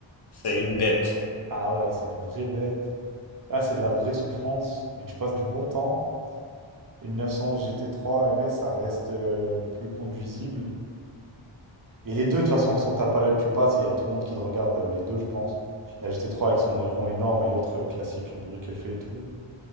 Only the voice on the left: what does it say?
c'est une bête.